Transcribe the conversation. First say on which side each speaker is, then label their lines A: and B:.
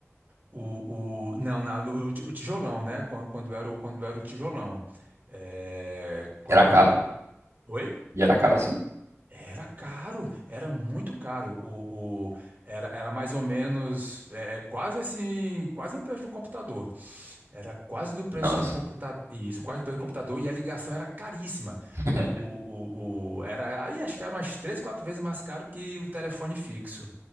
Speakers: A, on the right (about 40°); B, on the right (about 80°).
A: o, o, não, na- o, ti- o tijolão, né? Quan- Quando era o, quando era o tijolão. É, quando,
B: Era caro?
A: quando, oi?
B: E era caro assim?
A: Era caro, era muito caro. O, o- era, era mais ou menos, é, é quase assim, quase o preço de um computador. Era quase do preço
B: Nossa.
A: de um computador. Isso, quase do preço do computador. E a ligação era caríssima.
B: <laughs>
A: O, o, o, o- era, aí acho que era umas três, quatro vezes mais caro que o telefone fixo.